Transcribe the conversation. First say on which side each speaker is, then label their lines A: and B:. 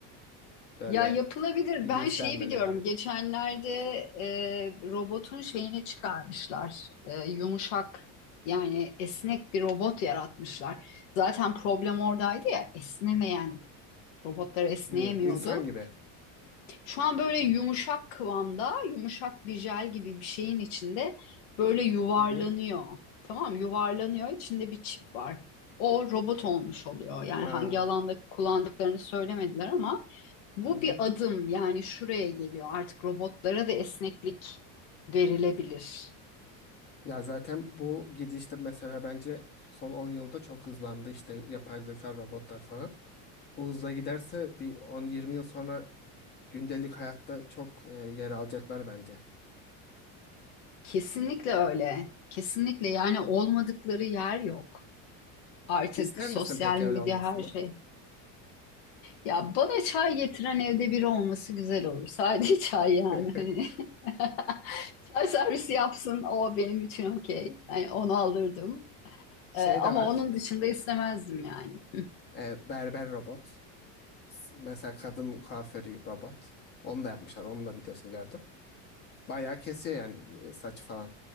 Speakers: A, on the left (about 25°); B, on the left (about 75°).
A: Böyle
B: Ya yapılabilir.
A: bilinçlenmeleri.
B: Ben şeyi biliyorum. Geçenlerde e, robotun şeyini çıkarmışlar. E, yumuşak yani esnek bir robot yaratmışlar. Zaten problem oradaydı ya esnemeyen Robotlar esneyemiyordu.
A: Hmm, insan gibi.
B: Şu an böyle yumuşak kıvamda, yumuşak bir jel gibi bir şeyin içinde böyle yuvarlanıyor.
A: Hı hı.
B: Tamam, yuvarlanıyor. İçinde bir çip var. O robot olmuş oluyor. Yani
A: Aa,
B: hangi alanda kullandıklarını söylemediler ama bu
A: Hı hı.
B: bir adım yani şuraya geliyor. Artık robotlara da esneklik verilebilir.
A: Ya zaten bu gidişte mesela bence son 10 yılda çok hızlandı işte yapay zeka, robotlar falan. Bu hızla giderse bir 10-20 yıl sonra gündelik hayatta çok e, yer alacaklar bence.
B: Kesinlikle öyle. Kesinlikle yani olmadıkları yer yok. Artık
A: İster
B: sosyal
A: misin peki
B: medya
A: öyle olmasını?
B: her şey. Ya bana çay getiren evde biri olması güzel olur. Sadece <laughs> çay
A: <laughs>
B: yani. Hani <laughs> çay servisi yapsın o benim için okey. Yani onu alırdım.
A: Şey
B: Ee, ama
A: de var.
B: onun dışında istemezdim yani. <laughs>
A: e, berber robot. S- Mesela kadın kuaförü robot. Onu da yapmışlar. Onun da videosunu gördüm. Bayağı kesiyor yani e, saç falan.